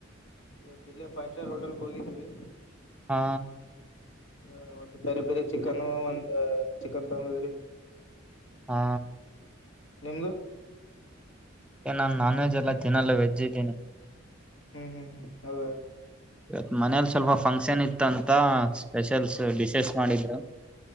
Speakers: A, on the left (about 70°); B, in the centre.
A: ಇವತ್ತ ಇಲ್ಲಿ ಫೈವ್ ಸ್ಟಾರ್ ಹೋಟೆಲ್ ಹೋಗಿದ್ದೀವಿ
B: ಹಾ
A: ಹ ಒಂದು್ ಪೆರಿ ಪೆರಿ ಚಿಕನ್ ಒಂದ ಚಿಕನ್ ತಂದೂರಿ
B: ಹಾ
A: ನಿಮ್ದು
B: ನಾನನ್ ನಾನ್ ವೆಜ್ ಎಲ್ಲ ತಿನ್ನಲ್ಲ ವೆಜ್ ಇದ್ದೀನಿ
A: ಹ್ಮ್ ಹ್ಮ್ ಹ್ಮ್ ಹೌ
B: ಇವತ್ ಮನೇಲಿ ಸ್ವಲ್ಪ ಫಂಕ್ಷನ್ ಇತ್ತ ಅಂತ ಸ್ಪೆಷಲ್ಸ್ ಡಿಶಸ್ ಮಾಡಿದ್ರು